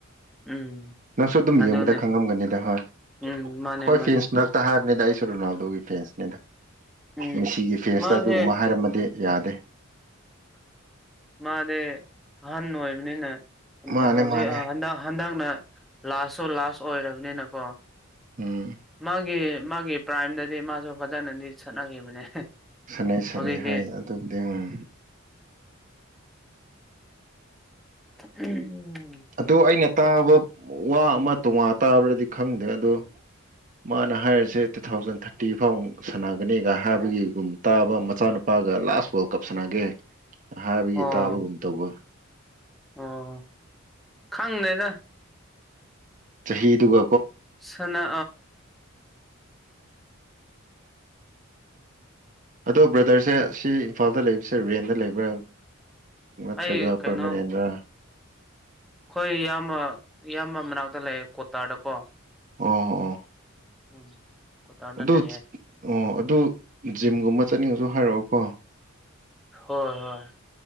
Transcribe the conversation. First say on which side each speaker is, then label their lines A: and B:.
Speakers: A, in the centre; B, on the right (about 40°).
A: ꯎꯝ
B: ꯅꯪꯁꯨ ꯑꯗꯨꯝ
A: ꯑꯗꯨꯅꯦ
B: ꯌꯦꯡꯕꯗ ꯈꯪꯉꯝꯒꯅꯤꯗ ꯍꯣꯏ ꯑꯩꯈꯣꯏ
A: ꯎꯝ ꯃꯥꯅꯦ ꯃꯥꯅꯦ
B: ꯐꯦꯟꯁ ꯃꯔꯛꯇ ꯍꯥꯏꯕꯅꯤꯗ ꯑꯩ ꯁꯨꯔꯨꯅꯥꯎꯗꯨꯒꯤ ꯐꯦꯟꯁꯅꯤꯗ
A: ꯎꯝ
B: ꯃꯤꯁꯤꯒꯤ ꯐꯦꯁꯇ
A: ꯃꯥꯁꯦ
B: ꯑꯗꯨꯒꯨꯝꯕ ꯍꯥꯏꯔꯝꯃꯗꯤ ꯌꯥꯗꯦ
A: ꯃꯥꯗꯤ ꯑꯍꯟ ꯑꯣꯏꯕꯅꯤꯅ
B: ꯃꯥꯅꯦ
A: ꯍꯧꯖꯤꯛ
B: ꯃꯥꯅꯦ
A: ꯍꯟꯗꯛ ꯍꯟꯗꯛꯅ ꯂꯥꯁꯁꯨ ꯂꯥꯁ ꯑꯣꯏꯔꯕꯅꯤꯅꯀꯣ
B: ꯎꯝ
A: ꯃꯥꯒꯤ ꯃꯥꯒꯤ ꯄ꯭ꯔꯥꯏꯝꯗꯗꯤ ꯃꯥꯁꯨ ꯐꯖꯅꯗꯤ ꯁꯠꯅꯈꯤꯕꯅꯦ
B: ꯁꯥꯟꯅꯩ ꯁꯥꯟꯅꯩ
A: ꯍꯧꯖꯤꯛꯇꯤ
B: ꯍꯣꯏ ꯑꯗꯨꯕꯨꯗꯤ ꯎꯝ
A: ꯎꯝ ꯎꯝ
B: ꯑꯗꯣ ꯑꯩꯅ ꯇꯥꯕ ꯋꯥ ꯑꯃ ꯇꯣꯉꯥ ꯇꯥꯕ꯭ꯔꯗꯤ ꯈꯪꯗꯦ ꯑꯗ ꯃꯥꯅ ꯍꯥꯏꯔꯤꯁꯦ ꯇꯨ ꯊꯥꯎꯖꯟ ꯊꯥꯔꯇꯤ ꯐꯥꯎ ꯁꯥꯟꯅꯒꯅꯤꯒ ꯍꯥꯏꯕꯒꯤꯒꯨꯝ ꯇꯥꯕ ꯃꯆꯥꯅꯨꯄꯥ ꯒ ꯂꯥꯁ ꯋꯥꯔꯜ ꯀꯞ ꯁꯥꯟꯅꯒꯦ ꯍꯥꯏꯕꯒꯤ
A: ꯑꯣ
B: ꯇꯥꯕꯒꯨꯝ ꯇꯧꯕ
A: ꯑꯣ ꯈꯪꯅꯦꯗ
B: ꯁꯍꯤꯗ ꯎꯒ
A: ꯁꯅ
B: ꯑꯗꯣ ꯕ꯭ꯔꯗꯔꯁꯦ ꯁꯤ ꯏꯝꯐꯥꯜꯗ ꯂꯩꯕꯁꯦ ꯔꯦꯟꯗ ꯂꯩꯕ꯭ꯔꯥ ꯅꯠꯇ꯭ꯔꯒ
A: ꯑꯩ ꯀꯩꯅꯣ
B: ꯄ꯭ꯔꯃꯤꯂꯦꯟꯗ꯭ꯔ
A: ꯑꯩꯈꯣꯏ ꯏꯌꯥꯝꯕ ꯏꯌꯥꯝꯕ ꯃꯅꯥꯛꯇ ꯂꯩꯌꯦ ꯀꯣꯇꯥꯔꯗꯀꯣ
B: ꯑꯣ ꯑꯣ
A: ꯎꯝ ꯀꯣꯇꯥꯔꯗ
B: ꯑꯗꯨ
A: ꯂꯩꯌꯦ
B: ꯑꯣ ꯑꯗꯨ ꯖꯤꯝꯒꯨꯝꯕ ꯆꯠꯅꯤꯡꯉꯁꯨ ꯍꯥꯏꯔꯛꯑꯣꯀꯣ
A: ꯍꯣꯏ ꯍꯣꯏ